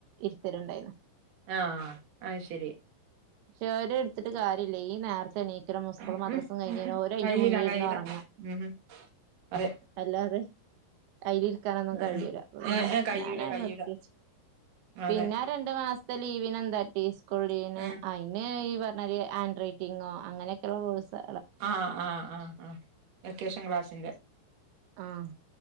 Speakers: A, on the right; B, on the right.
A: ഇരുത്തലുണ്ടാരുന്നു
B: ആഹ് അയ്ശരി
A: <unintelligible> എടുത്തിട്ട് കാര്യല്ല ഈ നേരത്തെണീ ക്രമ സ്കൂളും
B: ഉം
A: മദ്രാസും
B: ഉം
A: കഴിഞ്ഞരു
B: ഉം ഉം
A: ഓരോ അയിന്റെ
B: കഴിയില്ല
A: മുന്നീര്ന്ന്
B: കഴിയില്ല
A: ഒറങ്ങ
B: ഉം അതെ
A: അല്ലാതെ അയ്ൽ ഇരിക്കാനൊന്നും
B: ഏഹ്
A: കഴിയൂല പിന്നെ
B: ഏ ഏ കയ്യൂല
A: ഞാനാത്
B: കയ്യൂല
A: നിർത്തച്ചു
B: അതെ
A: പിന്നാ രണ്ടു മാസത്തെ ലീവിന് എന്താട്ടി സ്കൂൾ ലീവിന്
B: ഏ
A: പിന്നെ ഈ പറഞ്ഞാതി ഹാൻഡ് റൈറ്റിങ്ങോ അങ്ങനൊക്കെള്ള കോഴ്സ്
B: ആഹ് ആഹ് ആഹ് ആഹ് വെക്കേഷൻ ക്ലാസിന്റെ
A: ആഹ്